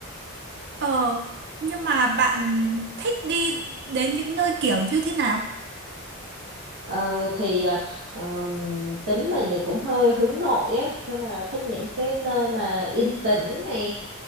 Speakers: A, on the right; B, on the right.
A: Ờ, nhưng mà bạn thích đi đến những nơi kiểu như thế nào?
B: Ờ, thì ờ, ờm, tính mình thì cũng hơi hướng nội á cho nên là thích những cái nơi mà yên tĩnh nè